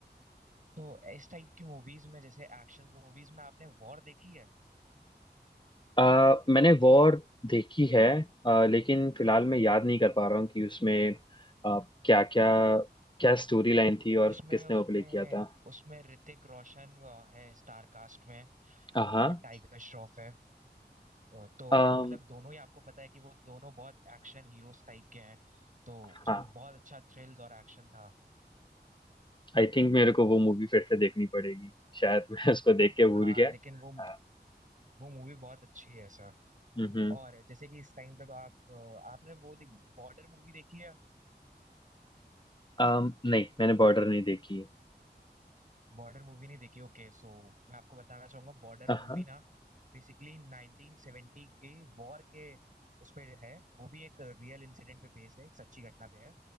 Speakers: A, on the right; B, on the left.
A: तो इस टाइप की मूवीज में जैसे एक्शन मूवीज में आपने वॉर देखी है
B: आ, मैंने वॉर देखी है आ, लेकिन फिलहाल मैं याद नहीं कर पा रहा हूँ कि उसमें आ, क्या क्या क्या स्टोरी लाइन थी
A: जिसमें
B: और किसने
A: उसमें
B: वो प्ले किया था
A: उसमें ऋतिक रोशन अ, है स्टार कास्ट में
B: आ, हाँ
A: और टाइगर श्रॉफ है अ, तो
B: अम,
A: मतलब दोनों ही आपको पता है कि वो दोनों बहुत एक्शन हीरोज टाइप के हैं तो
B: हाँ
A: उसमें बहुत अच्छा थ्रिल्स और एक्शन था
B: आई थिंक मेरे को वो मूवी फिर से देखनी पड़ेगी शायद <laughs> मैं उसको देख के
A: हाँ
B: भूल गया
A: लेकिन वो
B: हाँ
A: वो मूवी बहुत अच्छी है सर
B: हम्म हम्म,
A: और जैसे कि इस टाइम पे तो आप अ, आपने वो बॉर्डर मूवी देखी है
B: अम, नहीं मैंने बॉर्डर नहीं देखी
A: बॉर्डर मूवी नहीं देखी ओके सो मैं आपको बताना चाहूंगा बॉर्डर
B: हाँ
A: मूवी ना बेसिकली 1970 के वॉर के उस पे है वो भी एक रियल इंसिडेंट पे बेस है एक सच्ची घटना पे है